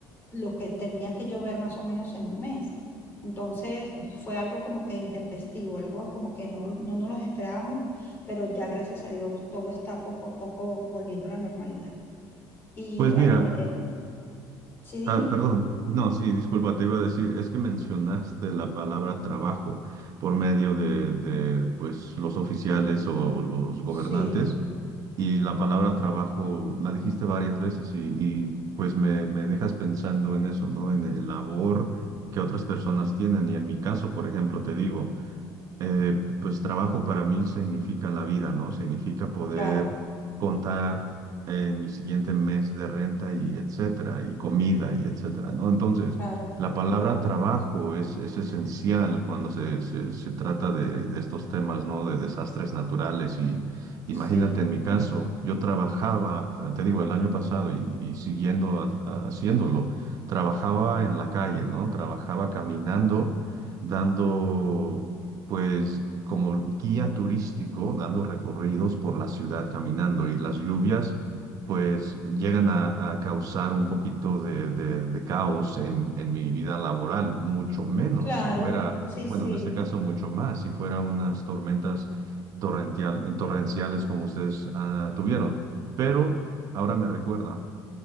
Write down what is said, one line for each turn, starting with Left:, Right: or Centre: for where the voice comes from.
Left: lo que tenía que yo ver más o menos en un mes. Entonces eh, fue algo como que intempestivo, algo como que no, no nos los esperábamos, pero ya gracias a Dios todo está poco a poco volviendo a la normalidad. Y
Right: Pues
Left: bueno,
Right: mira,
Left: eh, sí, dime.
Right: ah, perdón, no, sí, disculpa, te iba a decir, es que mencionaste la palabra trabajo por medio de, de, pues, los oficiales o los gobernantes
Left: Sí,
Right: y
Left: ujú,
Right: la palabra trabajo la dijiste varias veces y, y, pues me, me dejas pensando en eso, ¿no? En el labor que otras personas tienen y en mi caso, por ejemplo, te digo. eh, pues trabajo para mí significa la vida, ¿no? Significa poder
Left: Claro,
Right: contar en mi siguiente mes de renta y etcétera, y comida y etcétera, ¿no? Entonces,
Left: claro,
Right: la palabra trabajo es, es esencial cuando se, se, se trata de, de estos temas, ¿no? De desastres naturales y imagínate
Left: sí,
Right: en mi caso, yo trabajaba, eh, te digo, el año pasado y, y siguiendo ha- ha- haciéndolo, trabajaba en la calle, ¿no? Trabajaba caminando dando pues como guía turístico, dando recorridos por la ciudad caminando y las lluvias, pues llegan a, a causar un poquito de, de- de caos en, en mi vida laboral, mucho menos
Left: claro,
Right: si fuera,
Left: sí,
Right: bueno,
Left: sí.
Right: en este caso mucho más, si fuera unas tormentas torrencial- torrenciales como ustedes ah, tuvieron. Pero ahora me recuerda.